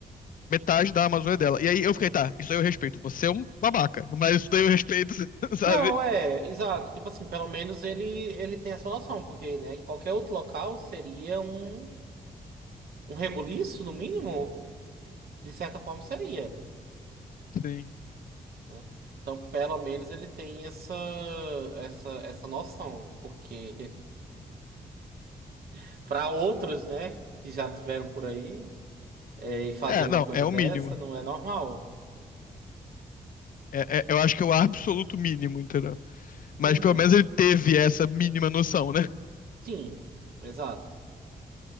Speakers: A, on the left (about 65°); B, on the right (about 85°).
A: metade da Amazônia dela. E aí eu fiquei, tá, isso aí eu respeito. Você é um babaca, mas isso daí eu respeito, <laughs> sabe?
B: Não, é, exato. Tipo assim, pelo menos ele, ele tem essa noção, porque, né, em qualquer outro local seria um, um rebuliço, no mínimo. De certa forma seria.
A: Sim.
B: né? Então, pelo menos ele tem essa essa essa noção, porque <laughs> para outros, né, que já tiveram por aí, é, e fazer
A: É,
B: uma
A: não,
B: coisa
A: é o
B: dessa
A: mínimo.
B: não é normal.
A: É, é- eu acho que é o absoluto mínimo, entendeu? Mas
B: Uhum.
A: pelo menos ele teve essa mínima noção, né?
B: Sim, exato.